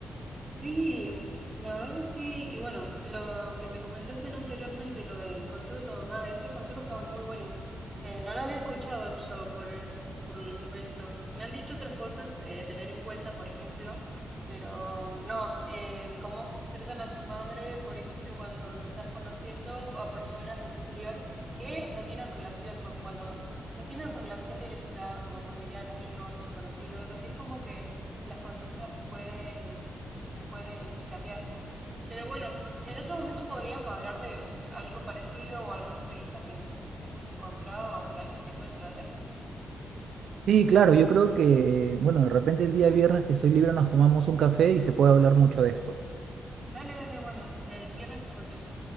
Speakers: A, on the right (about 30°); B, on the right (about 85°).
A: Sí, la verdad que sí. Y bueno, lo que me comentaste ¿no? anteriormente, lo del consejo de tu mamá, ese consejo está muy bueno. Eh, no lo había escuchado yo por, eh, por el momento. Me han dicho otras cosas de tener en cuenta, por ejemplo, pero no, eh, cómo tratan a su madre, por ejemplo, cuando lo estás conociendo o a personas del exterior que no tienen relación, porque cuando no tienen relación directa como familiar, amigos o conocido, algo así, es como que las conductas pueden pueden cambiar. Pero bueno, en otro momento podríamos hablar de algo parecido o alguna experiencia que hayas encontrado o que alguien te cuente, ¿dale?
B: Sí, claro, yo creo que, eh, bueno, de repente el día viernes que soy libre nos tomamos un café y se puede hablar mucho de esto.
A: Dale, dale, bueno, el viernes te contacto.